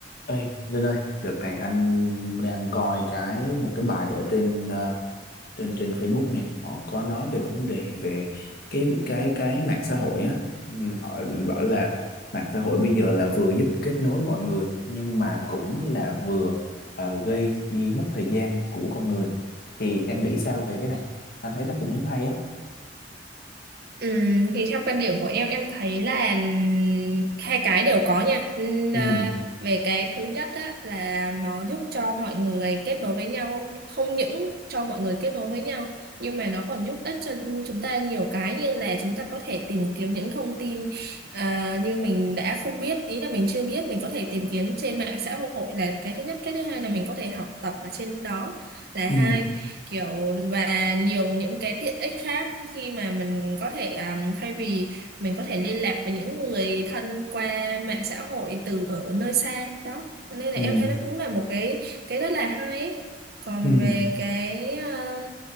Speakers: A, on the left; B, on the right.
A: Ê, Linh ơi, đợt này anh đang coi cái một cái bài ở trên ờ, trên trên Facebook này, họ có nói về vấn đề về cái cái cái mạng xã hội á, Ừ, họ bảo là mạng xã hội bây giờ là vừa giúp kết nối mọi người nhưng mà cũng là vừa ờ, gây chi- mất thời gian của con người. Thì em nghĩ sao về cái này? Anh thấy nó cũng hay á.
B: Ừm, thì theo quan điểm của em em thấy là ừm, hai cái đều có nha Ừm,
A: Ừ.
B: à, về cái thứ nhất á, là nó giúp cho mọi người kết nối với nhau không những cho mọi người kết nối với nhau nhưng mà nó còn giúp ích cho chúng ta nhiều cái như là chúng ta có thể tìm kiếm những thông tin à, như mình đã không biết ý là mình chưa biết mình có thể tìm kiếm trên mạng xã hội là cái thứ nhất cái thứ hai là mình có thể học tập ở trên đó là
A: Ừ.
B: hai kiểu và nhiều những cái tiện ích khác khi mà mình có thể um, thay vì mình có thể liên lạc với những người thân qua mạng xã hội từ ở nơi xa đó Cho nên
A: Ừ.
B: là em thấy nó cũng là một cái cái rất là hay ấy. còn
A: Ừ.
B: về cái um,